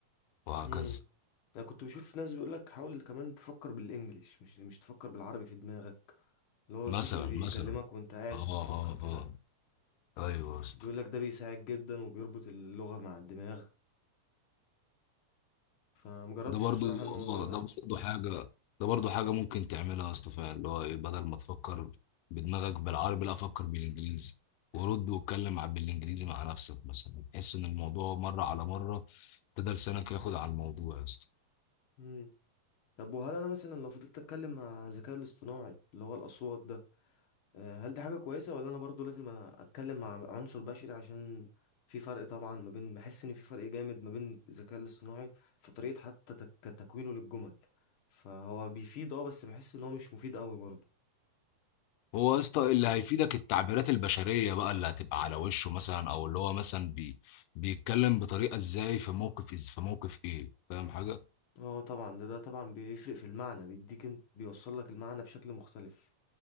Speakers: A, on the left; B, on the left.
A: وهكذا
B: امم انا كنت بشوف ناس بيقول لك حاول كمان تفكر بالانجليش مش مش تفكر بالعربي في دماغك اللي هو
A: مثلا
B: الصوت اللي
A: مثلا
B: بيكلمك وانت قاعد
A: اه
B: بتفكر
A: اه
B: كده
A: اه ايوه يا اسطى
B: بيقول لك ده بيساعد جدا وبيربط اللغة مع الدماغ فمجربتش
A: ده برضو
B: بصراحة الموضوع
A: اه
B: ده
A: ده برضو حاجه ده برضو حاجه ممكن تعملها يا اسطى فعلا اللي هو ايه بدل ما تفكر بدماغك بالعربي لا فكر بالانجليزي ورد واتكلم ع- بالانجليزي مع نفسك مثلا تحس ان الموضوع مره على مره تقدر لسانك ياخد على الموضوع يا اسطى
B: مم. طب وهل انا مثلا لو فضلت اتكلم مع الذكاء الاصطناعي اللي هو الاصوات ده آه، هل دي حاجة كويسة ولا انا برضو لازم اتكلم مع عنصر بشري عشان في فرق طبعا ما بين بحس ان في فرق جامد ما بين الذكاء الاصطناعي في طريقة حتى تك- تكوينه للجمل فهو بيفيد اه بس بحس ان هو مش مفيد قوي برضو
A: هو يا اسطى اللي هيفيدك التعبيرات البشريه بقى اللي هتبقى على وشه مثلا او اللي هو مثلا بي بيتكلم بطريقه ازاي في موقف إز في موقف ايه فاهم حاجه
B: اه طبعا ده ده طبعا بيفرق في المعنى بيديك انت بيوصل لك المعنى بشكل مختلف